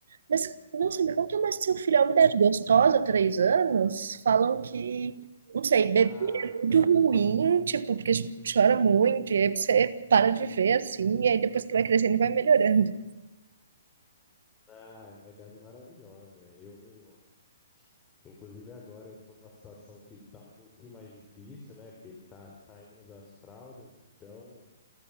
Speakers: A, on the right; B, on the left.
A: Mas, nossa, me conta mais do seu filho. É uma idade gostosa, três anos. Falam que, não sei,
B: Ah,
A: bebê é muito
B: cara,
A: ruim, tipo, porque chora muito, e aí você para de ver, assim, e aí depois que vai crescendo vai melhorando.
B: ah, é uma idade maravilhosa. né? Eu, inclusive agora eu tô numa situação que tá um pouquinho mais difícil, né? Que ele tá saindo das fraldas, então